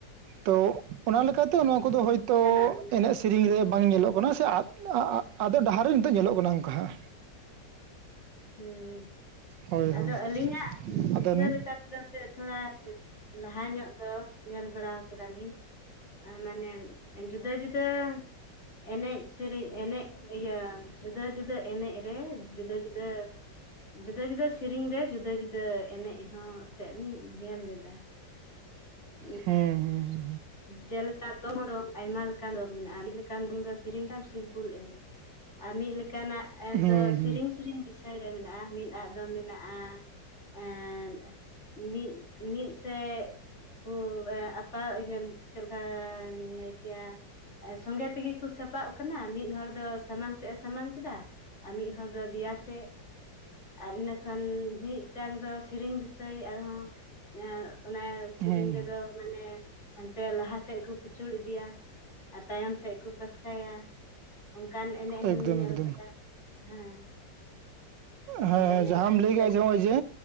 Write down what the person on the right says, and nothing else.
ᱛᱚ ᱚᱱᱟ ᱞᱮᱠᱟᱛᱮ ᱱᱚᱣᱟ ᱠᱩᱫᱚ ᱦᱚᱭᱛᱚ
ᱮᱱᱮᱡ ᱥᱮ ᱥᱤᱨᱤᱧ ᱨᱮ ᱵᱟᱝ ᱧᱮᱞᱚᱜ ᱠᱟᱱᱟ ᱥᱮ ᱟᱫ ᱟ ᱟᱫᱚ ᱰᱟᱦᱟᱨ ᱨᱮ ᱱᱤᱛᱚᱜ ᱧᱮᱞᱚᱜ ᱠᱟᱱᱟ ᱚᱝᱠᱟ ᱦᱟᱜ
ᱦᱳᱭ
ᱦᱳᱭ
ᱟᱫᱚ ᱦᱩᱸ
ᱦᱮᱸ ᱦᱮᱸ ᱦᱮᱸ
ᱦᱩᱸ
ᱦᱩᱸ
ᱦᱩᱸ
ᱮᱠᱫᱚᱢ
ᱮᱠᱫᱚᱢ
ᱦᱮᱸ
ᱡᱟᱦᱟᱸᱢ
ᱞᱟᱹᱭ ᱠᱮᱫᱼᱟ ᱡᱮ ᱱᱚᱜᱼᱚᱭ ᱡᱮ